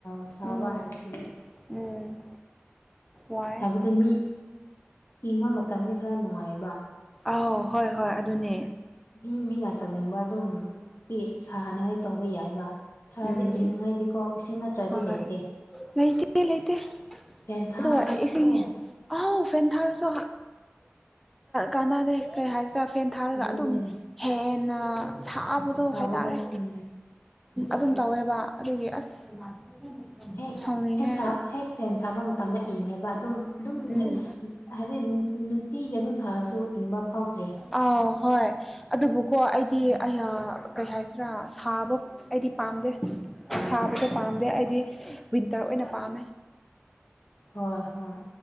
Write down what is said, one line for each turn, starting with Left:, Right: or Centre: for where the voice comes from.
Left: ꯁꯥꯕ
Centre: ꯎꯝ
Left: ꯍꯥꯏꯁꯤꯗꯤ
Centre: ꯎꯝ ꯋꯥꯏ
Left: ꯍꯥꯏꯕꯗꯤ ꯃꯤ ꯏꯪꯕ ꯃꯇꯝꯗ ꯈꯔ ꯅꯨꯡꯉꯥꯏꯕ
Centre: ꯑꯥꯎ ꯍꯣꯏ ꯍꯣꯏ ꯑꯗꯨꯅꯦ
Left: ꯃꯤ ꯃꯤꯅꯥ ꯇꯧꯅꯤꯡꯕ ꯑꯗꯨꯝ ꯁꯥꯍꯟꯅꯤꯡꯉꯥꯏ ꯇꯧꯕ ꯌꯥꯏꯕ ꯁꯥꯗꯤ
Centre: ꯎꯝ
Left: ꯏꯪꯅꯤꯡꯉꯥꯏꯗꯤꯀꯣ ꯏꯁꯤꯡ ꯅꯠꯇ꯭ꯔꯗꯤ
Centre: ꯍꯣꯏ
Left: ꯂꯩꯇꯦ
Centre: ꯂꯩꯇꯦ ꯂꯩꯇꯦ
Left: ꯐꯦꯟ ꯊꯥꯔꯁꯨꯀꯣ
Centre: ꯑꯗꯨꯒ ꯏꯁꯤꯡ ꯑ ꯎ ꯐꯦꯟ ꯊꯥꯔꯁꯨ ꯀꯥꯟꯅꯗꯦ ꯀꯩ ꯍꯥꯏ ꯆꯔ ꯐꯦꯟ ꯊꯥꯔꯒ
Left: ꯑꯗꯨꯅꯦ
Centre: ꯑꯗꯨꯝ ꯍꯦꯟꯅ ꯁꯥꯕꯗꯣ
Left: ꯁꯥꯕꯒ
Centre: ꯍꯥꯏꯇꯥꯔꯦ
Left: ꯎꯝ
Centre: ꯑꯗꯨꯝ ꯇꯧꯋꯦꯕ ꯑꯗꯨꯒꯤ ꯑꯁ
Left: ꯍꯦꯛ
Centre: ꯁꯥꯎꯅꯤꯡꯉꯦ
Left: ꯍꯦꯛ ꯍꯦꯛ ꯐꯦꯟ ꯊꯥꯕ ꯃꯇꯝꯗ ꯏꯪꯉꯦꯕ ꯑꯗꯨꯝ ꯑꯗꯨꯝ
Centre: ꯎꯝ
Left: ꯍꯥꯏꯕꯗꯤ ꯅꯨꯡꯇꯤꯒꯤ ꯑꯗꯨꯝ ꯊꯥꯑꯁꯨ ꯏꯪꯕ ꯐꯥꯎꯗ꯭ꯔꯦ
Centre: ꯑꯥꯎ ꯍꯣꯏ ꯑꯗꯨꯕꯨꯀꯣ ꯑꯩꯗꯤ ꯑꯩ ꯀꯩ ꯍꯥꯏꯁꯤꯔꯥ ꯁꯥꯕ ꯑꯩꯗꯤ ꯄꯥꯝꯗꯦ ꯁꯥꯕꯗ ꯄꯥꯝꯗꯦ ꯑꯩꯗꯤ ꯋꯤꯟꯇꯔ ꯑꯣꯏꯅ ꯄꯥꯝꯃꯦ
Left: ꯍꯣꯏ ꯍꯣꯏ